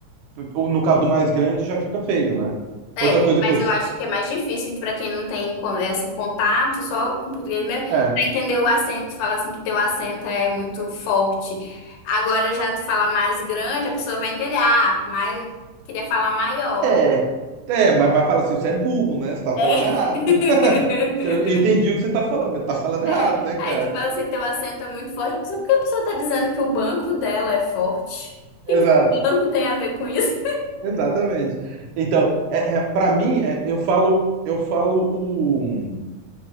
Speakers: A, on the right; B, on the left.
A: o- No caso do mais grande, já fica feio, né?
B: É,
A: Outra coisa
B: mas
A: que eu.
B: eu acho que é mais difícil para quem não tem con- é, assim, contato, só com português mesmo, para
A: É.
B: entender o acento, falar assim que teu acento é muito forte. Agora já tu fala mais grande, a pessoa vai entender, ah, mas queria falar maior.
A: É. É, mas vai falar assim, você é burro, né? Você tá
B: É.
A: falando errado.
B: <laughs>
A: <laughs> Você- Eu entendi o que você tá falando, mas tá falando
B: É.
A: errado, né,
B: Aí
A: cara?
B: tu fala assim, teu acento é muito forte. Mas Por que a pessoa tá dizendo que o banco dela é forte? O que
A: Exato,
B: que o banco tem a ver com isso? <laughs>
A: exatamente. Então, é, para mim, é, eu falo, eu falo o.